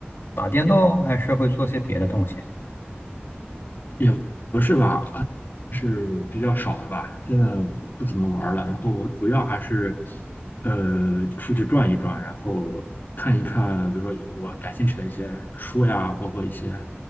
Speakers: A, on the left; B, on the left.
A: 打电动，还是会做些别的东西？
B: 也不是吧，是比较少的吧。现在不怎么玩了，然后我主要还是呃出去转一转，然后看一看，比如说有我感兴趣的一些书呀，包括一些